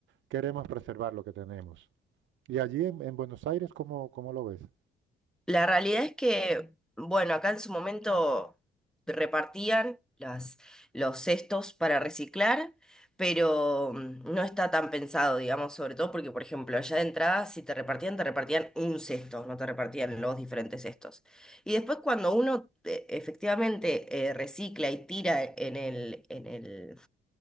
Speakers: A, on the right; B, in the centre.
A: queremos preservar lo que tenemos. ¿Y allí en, en Buenos Aires cómo, cómo lo ves?
B: La realidad es que, bueno, acá en su momento repartían las, los cestos para reciclar, pero mm, no está tan pensado, digamos, sobre todo porque, por ejemplo, allá de entrada, si te repartían, te repartían un cesto, no te repartían los diferentes cestos. Y después cuando uno eh, efectivamente eh, recicla y tira en el, en el